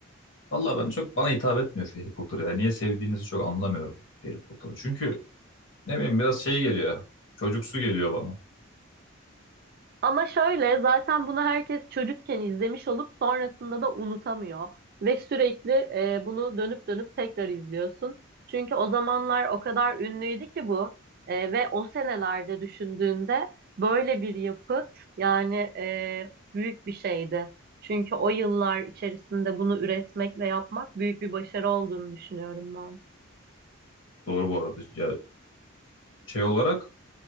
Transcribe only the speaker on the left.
Vallahi ben çok bana hitap etmiyor Harry Potter ya. Niye sevdiğinizi çok anlamıyorum Harry Potter'ı. Çünkü ne bileyim biraz şey geliyor. Çocuksu geliyor bana.
Doğru bu arada. Ya şey olarak